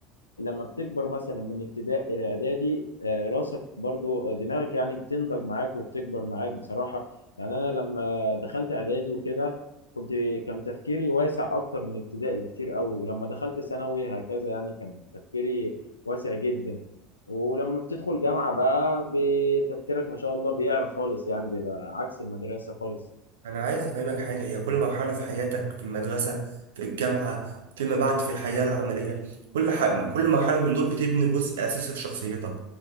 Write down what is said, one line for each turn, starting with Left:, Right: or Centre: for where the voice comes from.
Left: لما بتكبر مثلا من ابتدائي الى اعدادي آه، راسك برضو آه، دماغك يعني بتنضج معاك وبتكبر معاك بصراحه يعني انا لما دخلت اعدادي وكده كنت كان تفكيري واسع اكتر من ابتدائي بكتير قوي ولما دخلت ثانوي هكذا يعني كان تفكيري واسع جدا ولما بتدخل جامعه بقى بتفكيرك ما شاء الله بيعلى خالص يعني بيبقى عكس المدرسه خالص
Right: أنا عايز أفهمك حاجة هي كل مرحلة في حياتك في المدرسة في الجامعة فيما بعد في الحياة العملية كل ح... كل مرحلة من دول بتبني جزء أساسي في شخصيتك